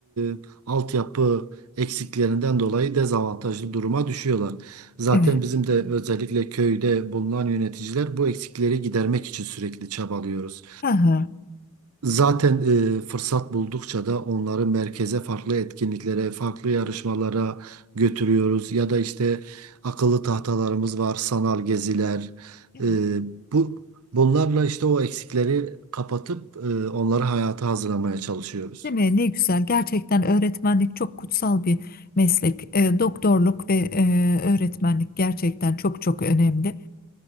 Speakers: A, on the right; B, on the left.
A: e, altyapı eksiklerinden dolayı dezavantajlı duruma düşüyorlar. Zaten
B: Evet.
A: bizim de özellikle köyde bulunan yöneticiler bu eksikleri gidermek için sürekli çabalıyoruz.
B: Hı hı.
A: Zaten e, fırsat buldukça da onları merkeze farklı etkinliklere, farklı yarışmalara götürüyoruz. Ya da işte akıllı tahtalarımız var, sanal geziler.
B: Evet.
A: E, bu bunlarla işte o eksikleri kapatıp e, onları hayata hazırlamaya çalışıyoruz.
B: Değil mi? Ne güzel. Gerçekten öğretmenlik çok kutsal bir meslek. E, doktorluk ve e, öğretmenlik gerçekten çok çok önemli.